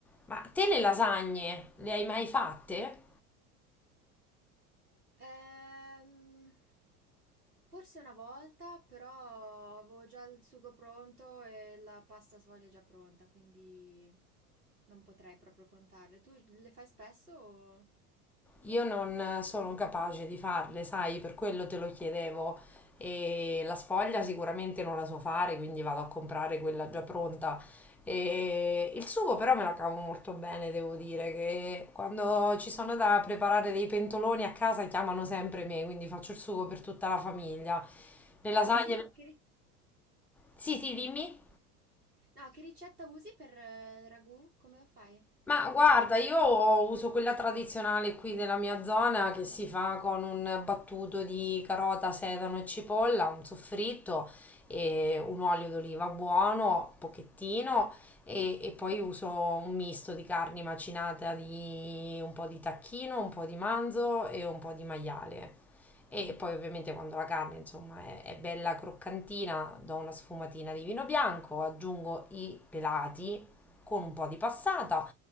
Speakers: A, in the centre; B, on the right.
A: Ma te le lasagne le hai mai fatte?
B: Ehm, forse una volta, però avevo già il sugo pronto e la pasta sfoglia già pronta, quindi non potrei proprio contarle. Tu le fai spesso? o-
A: Io non sono capace di farle, sai, per quello te lo chiedevo. E la sfoglia sicuramente non la so fare, quindi vado a comprare quella già pronta. E il sugo però me la cavo molto bene, devo dire, che quando ci sono da preparare dei pentoloni a casa chiamano sempre me, quindi faccio il sugo per tutta la famiglia. Le lasagne...
B: Ah sì? Che ri-
A: Sì, sì, dimmi.
B: No, che ricetta usi per eh, il ragù? Come lo fai?
A: Ma guarda, io uso quella tradizionale qui della mia zona che si fa con un battuto di carota, sedano e cipolla, un soffritto e un olio d'oliva buono, pochettino, e, e poi uso un misto di carni macinata di un po' di tacchino, un po' di manzo e un po' di maiale. E poi ovviamente quando la carne, insomma, è, è bella croccantina, do una sfumatina di vino bianco, aggiungo i pelati con un po' di passata